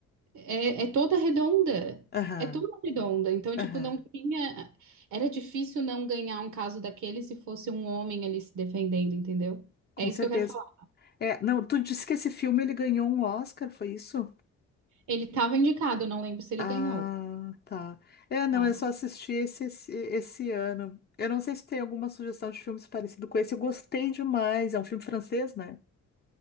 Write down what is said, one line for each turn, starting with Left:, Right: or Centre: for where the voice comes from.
Right: é, é toda redonda,
Left: aham,
Right: é toda redonda, então, tipo,
Left: aham.
Right: não tinha, era difícil não ganhar um caso daquele se fosse um homem ali se defendendo, entendeu?
Left: Com
Right: É isso
Left: certeza.
Right: que eu quero falar.
Left: É, não, tu disse que esse filme ele ganhou um Oscar, foi isso?
Right: Ele estava indicado, eu não lembro se ele
Left: Ah,
Right: ganhou.
Left: tá. É, não,
Right: Tá?
Left: eu só assisti esse, esse, esse ano. Eu não sei se tem alguma sugestão de filmes parecido com esse. Eu gostei demais. É um filme francês, né?